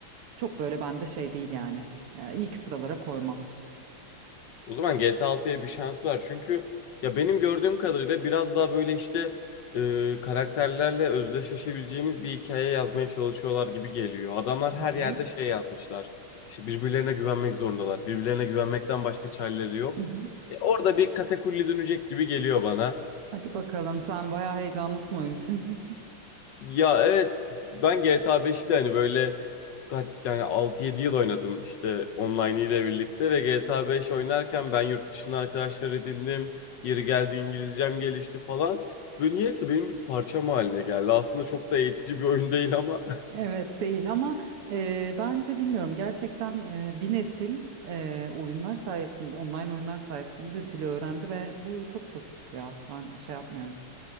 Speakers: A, on the right; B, on the left.
A: çok böyle bende şey değil yani. E, ilk sıralara koymam.
B: O zaman GTA 6'ya bir şans var. Çünkü ya benim gördüğüm kadarıyla biraz daha böyle işte e, karakterlerle özdeşleşebileceğimiz bir hikaye yazmaya çalışıyorlar gibi geliyor. Adamlar her
A: Hı hı.
B: yerde şey yazmışlar. İşte birbirlerine güvenmek zorundalar. Birbirlerine güvenmekten başka çareleri yok.
A: Hı hı.
B: E, orada bir katakulli dönecek gibi geliyor bana.
A: Hadi bakalım sen bayağı heyecanlısın oyun için. <laughs>
B: Ya evet ben GTA 5'i de hani böyle kaç yani altı yedi yıl oynadım işte online ile birlikte ve GTA 5 oynarken ben yurt dışında arkadaşlar edindim. Yeri geldi İngilizcem gelişti falan. Ve niyeyse benim bir parçam haline geldi. Aslında çok da eğitici bir oyun değil ama
A: Evet değil ama e, bence bilmiyorum gerçekten e, bir nesil e, oyunlar sayesinde online oyunlar sayesinde dili öğrendi ve bu çok pozitif ya. Ben şey yapmıyorum.